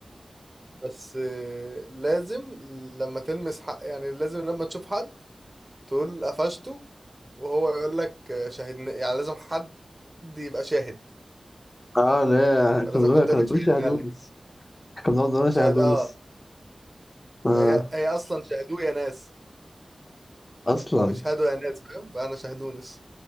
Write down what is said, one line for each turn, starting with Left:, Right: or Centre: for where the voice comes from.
Right: بس آه، لازم لما تلمس حق يعني لازم لما تشوف حد تقول قفشته وهو يقول لك آه، شاهدنا يعني لازم حد يبقى شاهد
Left: اه لا
Right: فلازم
Left: كنا بنقول
Right: حد
Left: كنا
Right: يقول لك
Left: بنقول
Right: شاهدنا
Left: شاهدونس
Right: لك
Left: كنا بنقعد نقول
Right: شاهد
Left: شاهدونس
Right: اه
Left: اه
Right: ما هي, هي اصلا شاهدوه يا ناس
Left: اصلا
Right: او اشهدوا يا ناس فاهم فانا شهدونس